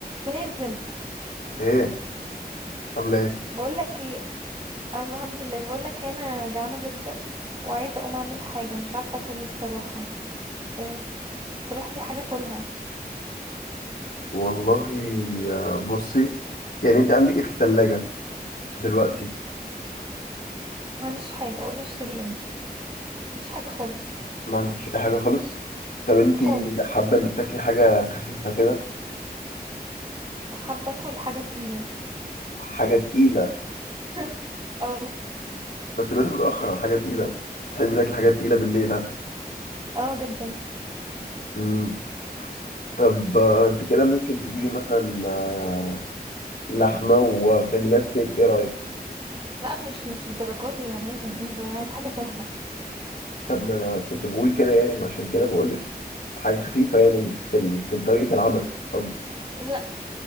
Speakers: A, on the right (about 30°); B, on the left (about 60°).
A: مازن
B: ايه عامله ايه
A: بقولك ايه أم- الحمد لله بقولك إيه، انا جعانه جدا وعايزه اقوم اعمل حاجه مش عارفه اكل ايه الصراحه إيه، اقترح لي حاجه اكلها
B: والله آه، بصي يعني انت عندك ايه في التلاجة دلوقتي
A: ما عنديش حاجه قولي اشتري ايه ما عنديش حاجه خالص
B: ما عندكش اي حاجه خالص طب انت
A: خالص
B: حابه انك تاكلي حاجه خفيفه كده
A: حابه اكل حاجه تقيله
B: حاجه تقيله
A: <laughs> اه
B: بس دلوقتي متاخر على حاجه تقيله تحبي تاكلي حاجات تقيله بالليل ها؟
A: اه جدا
B: مم. طب آه، انت كده ممكن تجيبي مثلا آه، لحمه وتعمليها ستيك ايه رايك
A: لا مش مش للدرجات دي يا مازن ايه ده انا عايز حاجه سهله
B: طب ما انا كنت بقول كده يعني عشان كده بقول لك حاجه خفيفه يعني في ال- في طريقه العمل قصدي.
A: لا